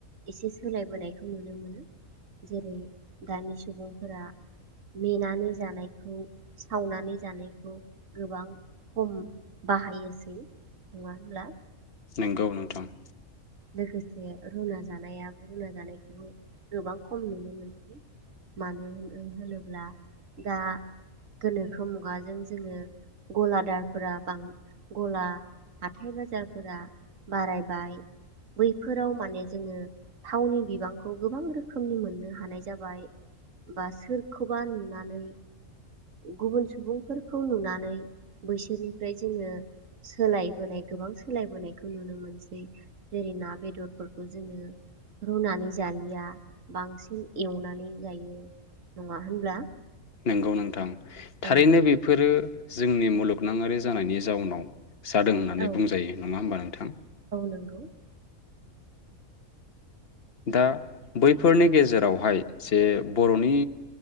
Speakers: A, on the right; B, on the left.
A: एसे सोलायबोनाय खौ नुनो मोनो जेरै दानि सुबुंफोरा नेेनानै जानायखौ सावनानै जानायखौ गोबां खम बाहायो। नङा होनब्ला?
B: नंगौ नोंथां।
A: लोगोसे रुना जानायाो रुना जानायखौबो गोबां खम नुनो मोनसै मानो होनो होनोब्ला दा गोनोखो मुगाजों जोङो गलादारफोरा बां गला हाथाइ बाजारफोरा बाराय बैफोराव माने जोङो थावनि बिबांखौ गोबां रोखोमनि मोननो हानाय जाबाय बा सोरखौबा नुनानै गुबुन सुबुंफोरखौ नुनानै बैसोरनिफ्राय जोङो सोलायबोनाय गोबां सोलायबोनायखौ नुनो मोनसै। जेरै ना बेदरफोरखौ जोङो रुनानै जालिया बांसिन एवनानै जायो नङा होनब्ला?
B: नंगौ नोंथां थारैनो
A: औ
B: बेफोरो जोंनि मुलुगनाङारि जानायनि जाउनाव। जादों होननानै
A: औ
B: बुंजायो नङा होमबा नोंथां?
A: नंगौ औ <inaudible>
B: दा बैफोरनि गेजेरावहाय जे बर'नि